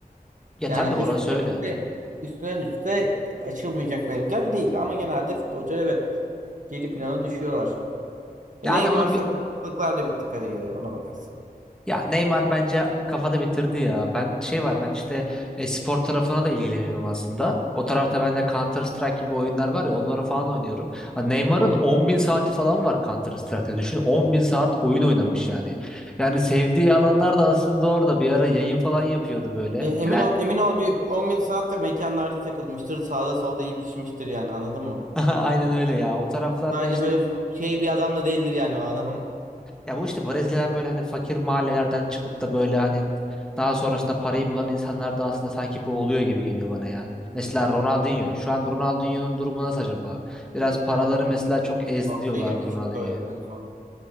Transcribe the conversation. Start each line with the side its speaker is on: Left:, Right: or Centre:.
Centre: Ya
Right: Yani
Centre: tabii
Right: üstüne
Centre: orası öyle.
Right: üste, üstüne üste açılmayacak bir engel değil. Ama genelde futbolcular evet geri plana düşüyorlar. E
Centre: Yani
Right: Neymar
Centre: onu
Right: sakatlıklarla bitti kariyeri ona bakarsın.
Centre: Ya Neymar bence kafada bitirdi ya. Ben şey var ben işte e, spor tarafına da ilgileniyorum aslında. O tarafta ben de Counter Strike gibi oyunlar var ya onları falan oynuyorum. Ha, Neymar'ın
Right: Hı hı.
Centre: 10 bin saati falan var Counter Strike'de. Düşün 10 bin saat oyun oynamış yani. Yani sevdiği alanlar da aslında orada bir ara yayın falan yapıyordu böyle.
Right: Ya
Centre: Helal.
Right: emin ol, emin ol bir 10 bin saat de mekanlarda takılmıştır. Sağda solda iyi pişmiştir yani anladın mı?
Centre: <laughs> Aynen öyle ya. O taraflarda
Right: Sadece
Centre: işte
Right: böyle f- şey bir adam da değildir yani o adam. <laughs>
Centre: Ya bu işte Brezilya'dan böyle hani fakir mahallelerden çıkıp da böyle hani daha sonrasında parayı bulan insanlar da aslında sanki bu oluyor gibi geliyor bana ya. Mesela Ronaldinho. Şu an Ronaldinho'nun durumu nasıl acaba? Biraz paraları mesela çok ezdi
Right: Hapse
Centre: diyorlardı
Right: girdi
Centre: Ronaldinho'ya.
Right: çıktı o en son.